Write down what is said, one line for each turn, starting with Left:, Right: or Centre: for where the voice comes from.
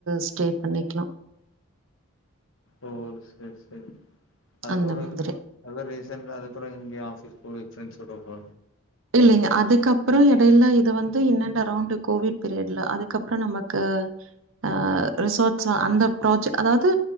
Right: ஸ்டே பண்ணிக்லா
Left: ஓ செரி செரி அதுக்கப்றோ
Right: அந்த மாதிரி.
Left: இ அதுக்கப்றோ ரீசண்டா அதுக்கப்புறோ இங்க ஆஃபீஸ் ஃபிரெண்ட்ஸோட <unintelligible>
Right: இல்லைங்க அதுக்கப்புறோ இடையில இது வந்து இன் அண்ட் அரௌண்ட் கோவிட் பீரியட்ல அதுக்கப்புறோ நமக்கு ஆ ரிசோர்ட்ஸ் அந்த ப்ராஜ் அதாவது